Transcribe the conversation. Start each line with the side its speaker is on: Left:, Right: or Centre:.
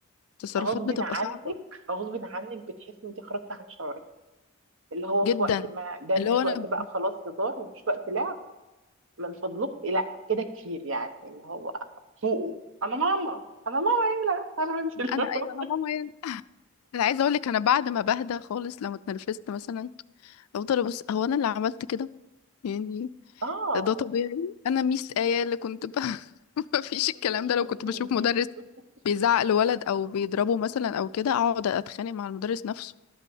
Left: تصرفات
Right: غصب
Left: بتبقى
Right: عنك
Left: صعبة
Right: غصب عنك بتحس ان انت خرجت عن شعورك اللي هو
Left: جدا
Right: في وقت ما ده مش
Left: اللي هو أنا
Right: وقت بقى خلاص هزار ومش وقت لعب من فضلك لا كده كتير يعني اللي هو فوقه انا ماما انا ماما ايه لا فاهمه انت اللي
Left: أنا أيوه
Right: هو
Left: أنا ماما يعني <laughs> أنا عايزة أقولك أنا بعد ما بهدى خالص لما اتنرفزت مثلا أفضل أبص هو أنا اللي عملت كده يعني
Right: اه
Left: ده طبيعي أنا ميس آية اللي كنت ب... <laughs> مفيش الكلام
Right: <laughs>
Left: ده لو كنت بشوف مدرس بيزعق لولد او بيضربه مثلا او كده اقعد اتخانق مع المدرس نفسه